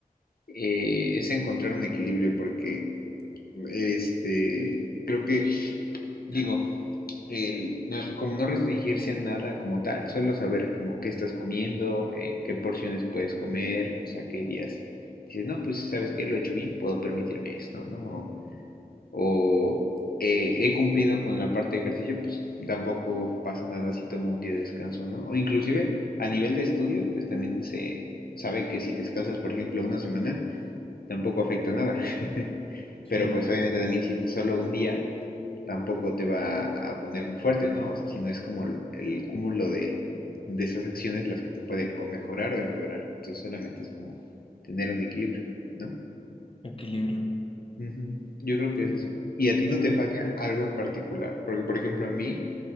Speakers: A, on the left (about 85°); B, on the left (about 35°).
A: eh, es encontrar un equilibrio porque este, creo que digo, el, no- como no restringirse a nada como tal, solo saber como qué estás comiendo, eh, qué porciones puedes comer, o sea, qué días. Dices, no, pues sabes que lo he hecho bien, puedo permitirme esto, ¿no? O eh, he cumplido con la parte de ejercicio, pues tampoco pasa nada si tomo un día de descanso, ¿no? O inclusive a nivel de estudios, pues también se sabe que si descansas, por ejemplo, una semana, tampoco afecta nada. <laughs>
B: Sí,
A: Pero pues obviamente también si es solo un día, tampoco te va a poner muy fuerte, ¿no? O sea, si no es como el, el cúmulo de, de esas acciones las que te puede o mejorar o empeorar. Entonces solamente es como tener un equilibrio, ¿no?
B: equilibrio.
A: Ujú. Yo creo que
B: Pues,
A: es eso. ¿Y a ti no
B: mm,
A: te falla algo en particular? Porque, por ejemplo, a mí